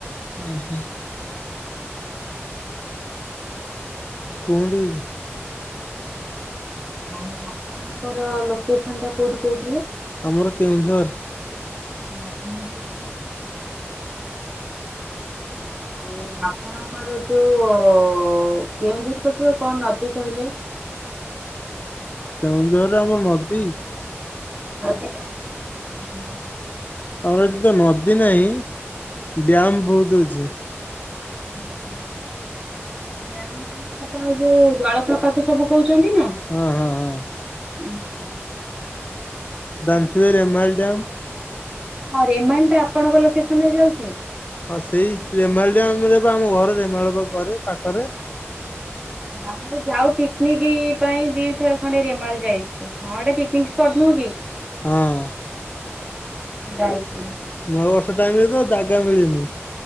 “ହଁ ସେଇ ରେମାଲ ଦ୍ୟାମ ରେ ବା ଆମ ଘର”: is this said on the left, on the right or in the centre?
Left